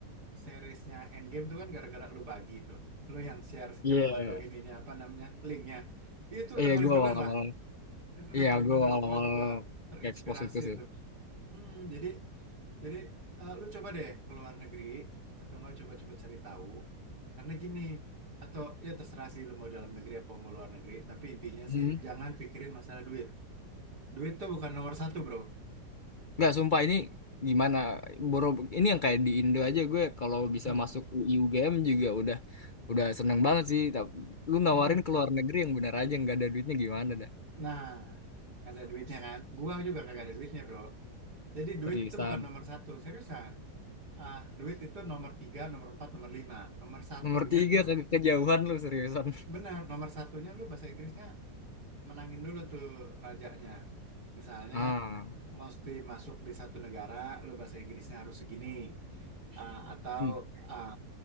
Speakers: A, on the right; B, on the left.
A: seriesnya Endgame tuh kan gara-gara lu bagi tuh, lu yang share
B: iya
A: ke gua tuh ininya apa namanya linknya, itu udah
B: iya
A: paling
B: gue
A: bener
B: awal-awal
A: lah, itu udah
B: iya
A: paling
B: gue
A: bener.
B: awal-awal
A: Gua juga terinspirasi
B: expose itu sih
A: tuh. Hmm, jadi jadi eh, lu coba deh ke luar negeri atau enggak coba-coba cari tahu. Karena gini, atau ya terserah sih lu mau dalam negeri apa mau luar negeri, tapi intinya
B: hmm
A: sih jangan pikirin masalah duit. Duit tuh bukan nomor satu, bro.
B: Nggak, sumpah ini gimana? Boro, ini yang kayak di Indo aja gue kalau bisa
A: Hmm.
B: masuk UI UGM juga udah udah seneng banget sih. Tapi lu nawarin
A: hmm.
B: ke luar negeri yang bener aja nggak ada duitnya gimana dah?
A: Nah, nggak ada duitnya kan? Gua juga kagak ada duitnya, bro. Jadi duit
B: Seriusan.
A: itu bukan nomor satu, seriusan. Ah, duit itu nomor tiga, nomor empat, nomor lima. Nomor satunya
B: Nomor tiga
A: tuh,
B: ke kejauhan lu seriusan. <laughs>
A: benar, nomor satunya lu bahasa Inggrisnya menangin dulu tuh rajanya. Misalnya
B: Ah,
A: mesti masuk di satu negara, lo bahasa Inggrisnya harus segini, ah, atau
B: hmm.
A: ah,